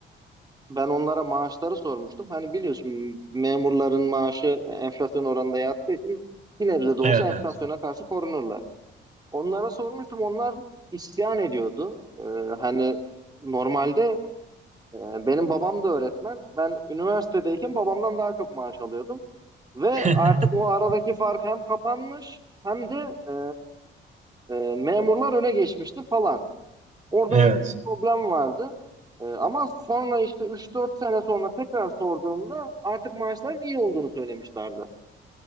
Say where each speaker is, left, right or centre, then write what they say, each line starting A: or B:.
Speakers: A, on the right (about 20°); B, on the right (about 40°).
A: ben onlara maaşları sormuştum. Hani biliyorsun memurların maaşı enflasyon oranında yattığı için bir nebze de olsa
B: Evet,
A: enflasyona
B: evet.
A: karşı korunurlar. Onlara sormuştum onlar isyan ediyordu. E, hani normalde e, benim babam da öğretmen. Ben üniversitedeyken babamdan daha çok maaş alıyordum. Ve
B: <laughs>
A: artık o aradaki fark hem kapanmış hem de e, e, memurlar öne geçmişti falan. Orada
B: Evet.
A: öyle bir problem vardı. Ee, ama sonra işte üç dört sene sonra tekrar sorduğumda artık maaşların iyi olduğunu söylemişlerdi.